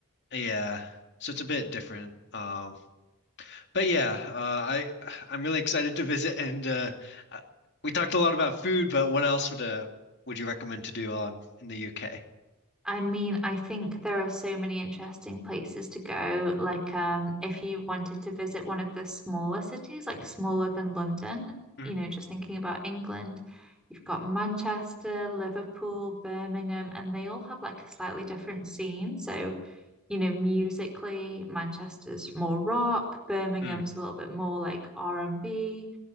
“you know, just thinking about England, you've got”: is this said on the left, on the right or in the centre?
Centre